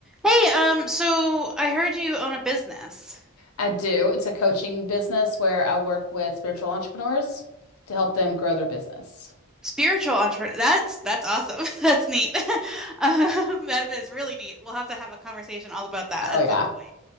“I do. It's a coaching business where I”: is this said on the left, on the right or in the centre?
Left